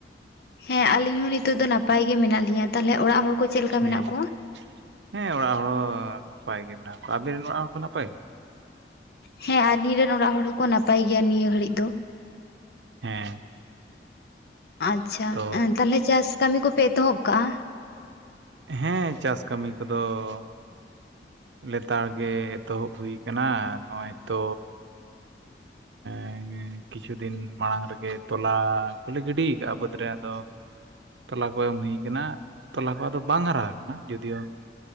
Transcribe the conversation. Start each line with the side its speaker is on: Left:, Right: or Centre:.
Left: ᱦᱮᱸ ᱟᱞᱤᱧ ᱦᱚᱸ ᱱᱤᱛᱚᱜ ᱫᱚ ᱱᱟᱯᱟᱭ ᱜᱮ ᱢᱮᱱᱟᱜ ᱞᱤᱧᱟ ᱛᱟᱦᱟᱞᱮ ᱚᱲᱟᱜ ᱦᱚᱲ ᱠᱚ ᱪᱮᱫ ᱞᱮᱠᱟ
Right: ᱦᱮᱸ
Left: ᱢᱮᱱᱟᱜ ᱠᱚᱣᱟ?
Right: ᱦᱮᱸ ᱚᱲᱟᱜ ᱦᱚᱲ ᱱᱟᱯᱟᱭ ᱜᱮ ᱢᱮᱱᱟᱜ ᱠᱚᱣᱟ ᱟᱵᱮᱱ ᱨᱮᱱ ᱚᱲᱟᱜ ᱦᱚᱲ ᱠᱚ ᱱᱟᱯᱟᱭ ᱜᱮᱛᱚ?
Left: ᱦᱮᱸ ᱟᱞᱤᱧ ᱨᱮᱱ ᱚᱲᱟᱜ ᱦᱚᱲ ᱦᱚᱸᱠᱚ ᱱᱟᱯᱟᱭ ᱜᱮᱭᱟ ᱱᱤᱭᱟᱹ ᱜᱷᱟᱹᱲᱤᱡ ᱫᱚ।
Right: ᱦᱮᱸ
Left: ᱟᱪᱪᱷᱟ
Right: ᱛᱚ
Left: ᱛᱟᱦᱮᱱᱟ ᱪᱟᱥ ᱠᱟᱹᱢᱤ ᱠᱚᱯᱮ ᱮᱛᱚᱦᱚᱵ ᱠᱟᱜᱼᱟ?
Right: ᱦᱮᱸ ᱪᱟᱥ ᱠᱟᱹᱢᱤ ᱠᱚᱫᱚ ᱼᱼ ᱞᱮᱛᱟᱲ ᱜᱮ ᱮᱛᱚᱦᱚᱵ ᱦᱩᱭ ᱠᱟᱱᱟ ᱱᱚᱜᱼᱚᱭ ᱛᱚ <inaudible> ᱠᱤᱪᱷᱩ ᱫᱤᱱ ᱢᱟᱲᱟᱝ ᱨᱮᱜᱮ ᱛᱚᱞᱟ ᱠᱚᱞᱮ ᱜᱤᱰᱤ ᱠᱟᱜᱼᱟ ᱵᱟᱹᱫᱽ ᱨᱮ ᱫᱚ ᱛᱚᱞᱟ ᱠᱚ ᱮᱢ ᱦᱩᱭ ᱟᱠᱟᱱᱟ ᱛᱚᱞᱟ ᱠᱚ ᱟᱫᱚ ᱵᱟᱝ ᱦᱟᱨᱟ ᱟᱠᱟᱱᱟ ᱡᱩᱫᱤᱭᱳ ᱼᱼ